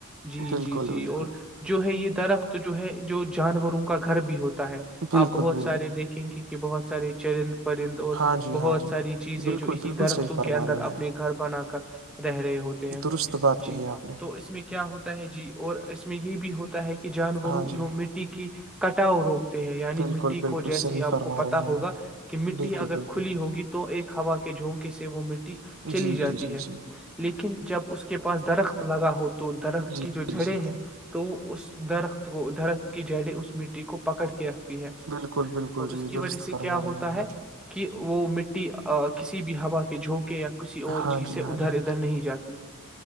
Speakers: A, in the centre; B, on the right.
A: جی
B: بالکل
A: جی جی
B: بالکل
A: اور جو ہے یہ درخت تو جو ہے جو جانوروں کا گھر بھی ہوتا ہے
B: بالکل
A: آپ بہت
B: بالکل
A: سارے دیکھیں گے کہ بہت سر چن پرند اور
B: ہاں جی
A: بہت
B: ہاں جی
A: ساری چیزیں
B: بالکل
A: جو اسی
B: بالکل
A: درختوں
B: صحیح فرما
A: کے اندر
B: رہے ہیں
A: اپنے
B: آپ
A: گھر بنا کر رہ رہے ہوتے ہیں
B: درست بات کہی
A: جی
B: آپ نے
A: تو اس میں کیا ہوتا ہے جی اور اس میں یہ بھی ہوتا ہے کہ کی جانوروں
B: ہاں جی
A: جو مٹی کی کٹاؤ روکتے ہیں
B: بالکل
A: مٹی
B: بالکل
A: کو جیسی
B: صحیح
A: آپ
B: فرما
A: کو پتا
B: رہے ہیں
A: ہوگا
B: آپ
A: کہ مٹی
B: بالکل
A: اگر
B: بالکل
A: کھلی ہوگی تو ایک ہ ہوا کے جھونکے سے وہ مٹ ٹی چلی
B: جی
A: جاتی
B: جی جی
A: ہے
B: جی
A: لیکن جب اس کا کے پاس درخت لگا ہوتا تو درخت
B: جی
A: کی جو جڑیں
B: جی جی
A: ہیں تو اس درخت کو درخت کی جڑیں اس مٹی کو پکڑ کیا ہے
B: بالکل بالکل
A: اور
B: جی
A: اس کی
B: درست
A: وجہ سے
B: فرما
A: کیا
B: رہے
A: ہوتا
B: ہیں
A: ہے
B: آپ
A: کہ وہ مٹی کسی بھی ہوا کے جھونکے یا کسی اور
B: ہاں
A: چیز
B: جی
A: سے
B: ہاں
A: ادھر
B: جی
A: ادھر نہیں جاتی